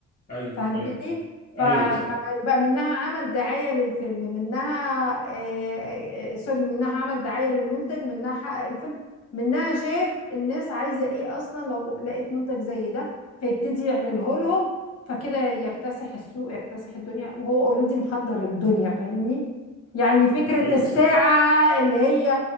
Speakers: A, on the left; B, on the left.
A: ايوه
B: فهمتني
A: ايوه
B: ف...
A: ايوه
B: فيبقى
A: صح
B: منها عمل دعاية للفيلم منها آه، آه، سوري منها عمل دعاية للمنتج منها حقق الفيلم منها شاف الناس عايزة ايه اصلا لو لقيت منتج زي ده فيبتدي يعمله لهم فكده يكتسح السوق يكتسح الدنيا وهو اوريدي محضر الدنيا فاهمني يعني فكرة
A: ايوه
B: الساعة
A: صح
B: اللي هي